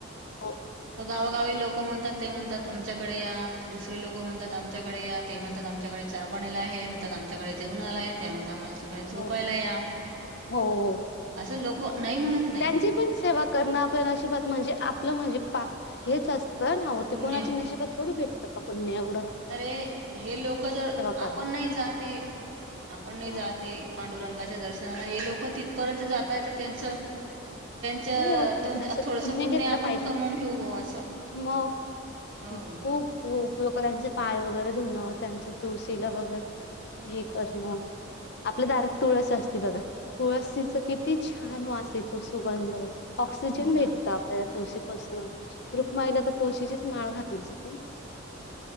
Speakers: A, on the left; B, on the right.
A: हो
B: तर गावागावी लोक म्हणतात ते म्हणतात आमच्याकडे या दुसऱ त लोको म्हणतात आमच्याकडे या ते म्हणतात आमच्याकडे चहा पाणीला आहे म्हणतात आमच्याकडे जेवण आला आहे त्या म्हणात आम्हाला तिकडे झोपायला
A: हो,
B: या
A: हो
B: असं लोकं नाही म्हणत नाही
A: त्यांची पण सेवा करणं आपल्याला अशीिबात म्हणजे आपलं म्हणजे पा हेच असतं ना हो
B: पुण्य
A: ते कोणाच्या नशिबात थोडी भेटतं का पु्य
B: अरे हे लोक जर
A: करणं.
B: आपण नाही जाते आपण नाही
A: अं,
B: जाते पांडुरंगाच्या दर्शन त्यां हे लोकं तिथपर्यंत जात आहेत तर त्यांचं त्यांच
A: हो थोडस
B: थोडसं
A: पुण्य
B: पुरणे
A: घेतलं
B: आपण
A: पाहिजे.
B: कमवून घेऊ भा असं
A: मग
B: हो
A: खूप खू उपयोग त्यांचे पाय वगैरे धुणं त्यांच्या तुळशीला वगैरे हे करणं आपल्या दारात तुळस असते बघा तुळसीच किती छान वास येतो असो ब ऑक्सिजन
B: हो ना
A: भेटत आपल्याला तुळशी पाासून रुक्माईला तर तुळशीची माळ घात अबदुलसेकन